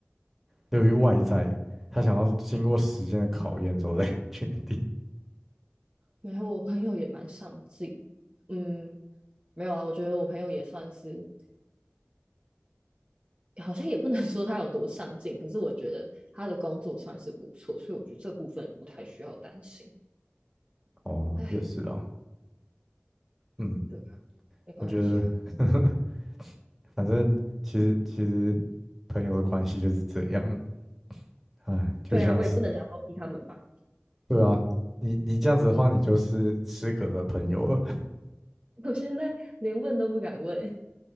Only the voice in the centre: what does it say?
留于外在，
他想要经过时间的考验之后再 <laughs> 决定。
哦，
也是哦，嗯，
我觉得，<laughs> 反正其实其实朋友的关系就是这样，哎，就像是
对啊，你你这样子的话，你就是失格的朋友了。